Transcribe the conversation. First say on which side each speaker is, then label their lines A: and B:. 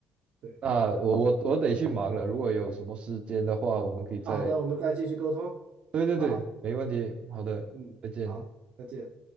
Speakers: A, on the right (about 70°); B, on the right (about 50°).
A: 对，
B: 那我我我得去忙了。如果有什么时间的话，我们可以再，
A: 好的，我们再继续沟通。
B: 对对对，
A: 好，
B: 没问题。
A: 好，
B: 好的，
A: 嗯，
B: 再见。
A: 好，再见。